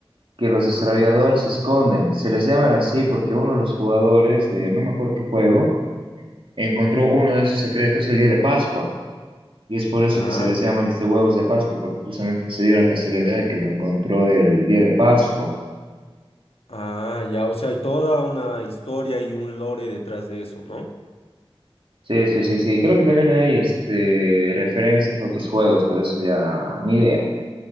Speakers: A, on the right; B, on the left.
A: que los desarrolladores esconden. Se les llaman así porque uno de los jugadores de no me acuerdo qué juego encontró uno de esos secretos el día de Pascua. Y es por eso
B: Ah,
A: que se les
B: ya.
A: llaman este huevos de Pascua, porque justamente se dio la casualidad de que lo encontró el día de Pascua.
B: Ah, ya. O sea, hay toda una historia y un lore detrás de eso, ¿no?
A: Sí, sí, sí, sí. Creo que también hay este, referencias a otros juegos, pero eso ya ni idea.